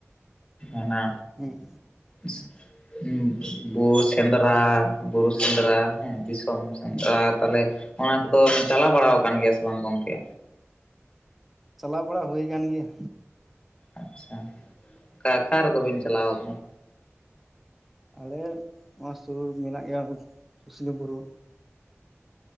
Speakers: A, on the left; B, in the centre.
A: ᱚᱱᱟ
B: ᱦᱩᱸ
A: <inaudible> ᱵᱳ ᱥᱮᱸᱫᱽᱨᱟ ᱵᱩᱨᱩ ᱥᱮᱸᱫᱽᱨᱟ ᱦᱮᱸ ᱫᱤᱥᱚᱢ ᱥᱮᱸᱫᱽᱨᱟ ᱛᱟᱦᱞᱮ ᱚᱱᱟ ᱠᱚᱫᱚᱢ ᱪᱟᱞᱟᱣ ᱵᱟᱲᱟ ᱠᱟᱱ ᱜᱮᱭᱟ ᱥᱮ ᱵᱟᱝ ᱜᱚᱢᱠᱮ?
B: ᱪᱟᱞᱟᱣ ᱵᱟᱲᱟ ᱦᱩᱭ ᱠᱟᱱ ᱜᱮᱭᱟ
A: ᱟᱪᱪᱷᱟ ᱟᱠᱟ ᱟᱠᱟ ᱨᱮᱫᱚ ᱵᱤᱱ ᱪᱟᱞᱟᱣ ᱠᱟᱱᱟ?
B: ᱟᱞᱮ ᱱᱚᱣᱟ ᱥᱳᱨ ᱢᱮᱱᱟᱜ ᱜᱮᱭᱟ ᱥᱩᱥᱱᱤ ᱵᱩᱨᱩ